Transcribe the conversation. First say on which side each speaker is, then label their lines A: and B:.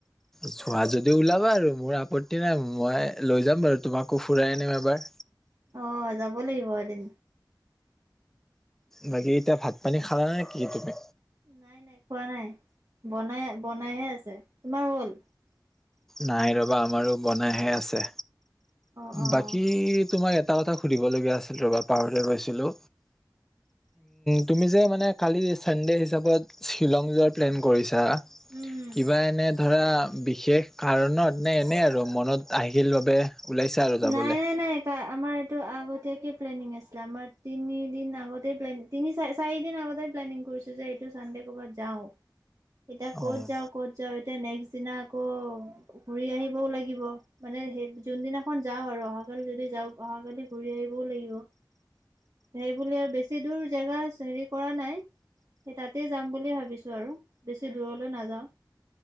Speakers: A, in the centre; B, on the right.
A: যোৱা যদি ওলাবা আৰু মোৰ আপত্তি নাই মই লৈ যাম বাৰু তোমাকো ফুৰাই আনিম এবাৰ
B: আহ যাব লাগিব এদিন
A: বাকী এতিয়া ভাত পানী খালা নে কি তুমি
B: নাই নাই খোৱা নাই বনাই বনাইহে আছে তোমাৰ হ'ল
A: নাই ৰ'বা আমাৰো বনাইহে আছে
B: অ' অ'
A: বাকী তোমাৰ ই এটা কথা সুধিবলগীয়া আছিল ৰ'বা পাহৰি গৈছিলো তুমি যে মানে কালি ছানডে হিচাপত শ্বিলং যোৱাৰ প্লেন কৰিছা।
B: উম।
A: কিবা এনে ধৰা বিশেষ কাৰণত নে এনেই আৰু মনত আহিল বাবে ওলাইছা আৰু যাবলে
B: নাই নাই নাই আমাৰ এইটো আগত এতিয়াকে প্লেনিং আছিলে আমাৰ তিনিদিন আগতে তিনি চাৰি চাৰিদিন আগতেই প্লেনিং কৰিছো যে এইটো চানডে কৰবাত যাও এতিয়া
A: অ',
B: ক'ত যাওঁ ক'ত এতিয়া নেক্স দিনা আকৌ ঘূৰি আহিবও লাগিব মানে সেই যোনদিনা খন যাওঁ আৰু অহাকালি যদি যাওঁ অহাকালি ঘূৰি আহিবও লাগিব সেইবুলে আৰু বেছি দূৰ জেগা হেৰি কৰা নাই সেই তাতেই যাম বুলি ভাবিছো আৰু বেছি দূৰলৈ নাযাওঁ